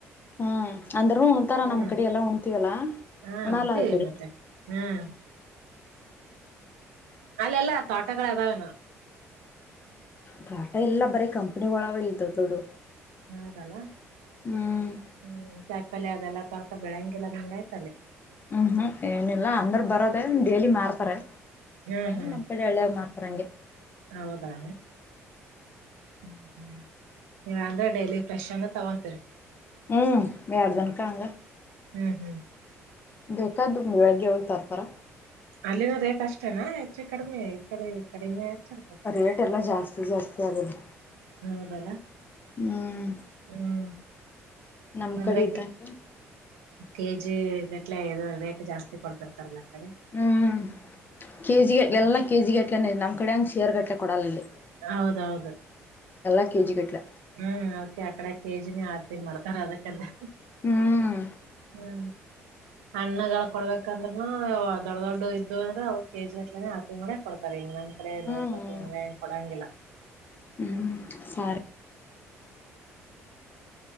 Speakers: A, on the left; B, on the right.
A: ಹ್ಮ್ ಅಂದುರು ಉಣತಾರ
B: ಹ್ಮ್
A: ನಮ್ ಕಡಿ ಎಲ್ಲಾ ಉಣತಿವಲ್ಲ
B: ಹಾ
A: ಉಣಲ
B: ಉಣ್ತೀವಿ
A: ಈಕಡಿ.
B: ಮತ್ತೆ ಹ್ಮ್ ಅಲ್ಲೆಲ್ಲ ತ್ವಾಟಗಳ ಅದಾವೆನೊ.
A: ತ್ವಾಟಾ ಇಲ್ಲ ಬರೆ ಕಂಪನಿಗೋಳ ಅವ ಇಲ್ ದೊಡ್ಡ ದೊಡ್ಡು.
B: ಹೌದಲ್ಲ
A: ಹ್ಮ್
B: ಹ್ಮ್ ಕಾಯಿಪಲ್ಯಾ ಅದೆಲ್ಲ ತ್ವಾಟ ಬೆಳಂಗಿಲ್ಲ ಅಂದಗಾಯಿತ್ ಅಲ್ಲಿ.
A: ಹ್ಮ್ ಹ್ಮ್ ಏನಿಲ್ಲಾ ಅಂದ್ರ ಬರದೇ ಡೇಲಿ ಮಾರ್ತಾರೆ
B: ಹ್ಮ್
A: <unintelligible>
B: ಹ್ಮ್
A: ನಮ್. ಇಕಡ್ ಹಳ್ಯಾಗ ಮಾರ್ತಾರ್ ಹಂಗೆ.
B: ಹೌದಾ ಹ್ಮ್ಮ ನೀವ್ ಅಂದ್ರೆ ಡೈಲಿ ಫ್ರೆಶ್ ಅಂದ ತೊಗೊಂತೀರಿ.
A: ಹ್ಮ್ <unintelligible> ಹಂಗ.
B: ಹ್ಮ್ ಹ್ಮ್
A: ಬೇಕಾದ್ದು ಬೆಳಗ್ಗೆ ಹೋಗ್ ತರ್ತರ.
B: ಅಲ್ಲಿನ ರೇಟ್ ಅಷ್ಟೇನಾ ಹೆಚ್ಚು ಕಡಿಮಿ ಈ ಕಡೆ ಕಡಿಮೆ ಹೆಚ್ಚ ಇರತದ.
A: ರೇಟ್ ಎಲ್ಲ ಜಾಸ್ತಿ ಜಾಸ್ತಿ ಆದಿಲ್ಲಿ.
B: ಹೌದಲ್ಲ
A: ಹ್ಮ್
B: ಹ್ಮ್
A: ನಮ್
B: ಅಂದ್ರೆ
A: ಕಡಿ ಇದ್ದಂಗ.
B: ಕೆ ಜಿ ಗಟ್ಲೆ ಇದು ರೇಟ್ ಜಾಸ್ತಿ ಕೊಡ್ತಿರ್ತಾರಲ್ಲ ಆ ಕಡಿ.
A: ಹ್ಮ್ ಕೆಜಿಗೆ
B: ಹ್ಮ್
A: ಎಲ್ಲಾ ಕೆಜಿ ಗಟ್ಲೆನ ನಮ್ ಕಡೆ ಹಂಗ ಶೇರ್ ಗಟ್ಲೆ ಕೊಡಲಿಲ್ಲಿ.
B: ಹೌದೌದ.
A: ಎಲ್ಲಾ ಕೆಜಿ ಗಟ್ಲೆ.
B: ಹ್ಮ್ ಅದ್ಕೆ ಆಕಡೆ ಕೆಜಿನೆ ಆಡ್ತಿ ಮಾಡ್ತಾರ ಅದಕ್ಕಂದೆ.
A: ಹ್ಮ್
B: ಹ್ಮ್ ಹಾ. ಹಣ್ಣಗಳ್ ಕೊಡ್ಬೇಕಂದ್ನು ದೊಡ್ಡ ದೊಡ್ಡ ಇದ್ ಅಂದ್ರೆ ಅವು ಕೆಜಿ ಅಟ್ಲನೆ ಆತುಗುನೆ. ಕೊಡ್ತಾರೆ ಹಿಂಗಂದ್ರೆ ನಮ್ ಕಡೆ ನೋಡ್ತ
A: ಹ್ಮ್
B: ಹಿಂಗ ಕೊಡಂಗಿಲ್ಲ.
A: ಹ್ಮ್ ಸರ್